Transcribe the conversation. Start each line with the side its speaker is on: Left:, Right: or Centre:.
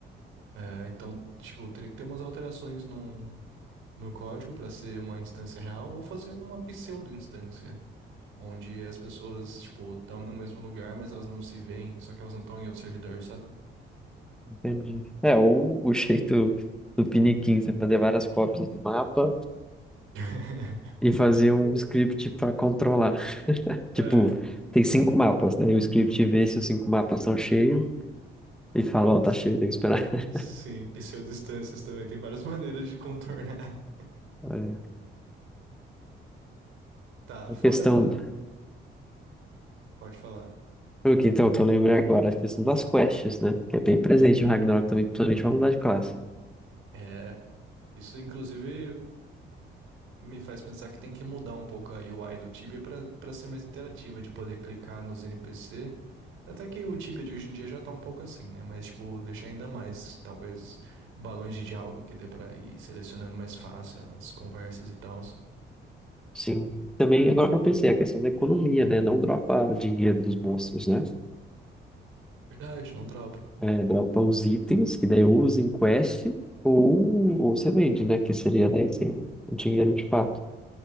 Right: É, então, tipo, teria que ter umas alterações num, no código para ser uma instância real ou fazer uma pseudo-instância, onde as pessoas, tipo, estão no mesmo lugar, mas elas não se veem, só que elas não estão em outro servidor, sabe?
Centre: Entendi. É, ou o jeito do Piniquim, você fazer várias cópias do mapa
Right: <laughs>
Centre: e fazer um script para controlar. <laughs> Tipo,
Right: É,
Centre: tem cinco mapas, né? E o script vê se os cinco mapas estão cheios e fala, ó, tá
Right: s-
Centre: cheio, tem que esperar. <laughs>
Right: sim, pseudodistâncias também, tem várias <laughs> maneiras de contornar.
Centre: É.
Right: Tá,
Centre: A
Right: fora.
Centre: questão,
Right: Pode falar.
Centre: o que então, que eu lembrei agora, é a questão das quests, né? Que é bem presente no Ragnarok também, principalmente pra mudar de classe.
Right: É, isso inclusive me faz pensar que tem que mudar um pouco a UI do Tibia para para ser mais interativa, de poder clicar nos NPC. Até que o Tibia de hoje em dia já tá um pouco assim, né? Mas, tipo, deixar ainda mais, talvez, balões de diálogo que dê pra ir selecionando mais fácil as conversas e tal.
Centre: Sim. Também, agora que eu pensei, a questão da economia, né? Não dropar dinheiro dos monstros, né?
Right: Verdade, não dropa.
Centre: É, dropa os itens, que daí ou usa em quest, ou, ou você vende, né? Que seria daí assim, o dinheiro de fato.